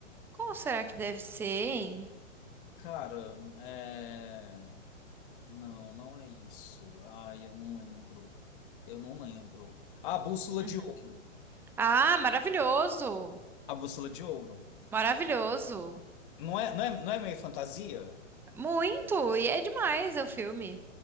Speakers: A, in the centre; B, on the left.
A: Como será que deve ser, hein?
B: Cara, é... não, não é isso. Ai, eu não lembro. Eu não lembro. Ah, Bússola
A: Uhum.
B: de Ouro.
A: Ah, maravilhoso!
B: A Bússola de Ouro.
A: Maravilhoso!
B: Não é, não é, não é meio fantasia?
A: Muito! E é demais o filme.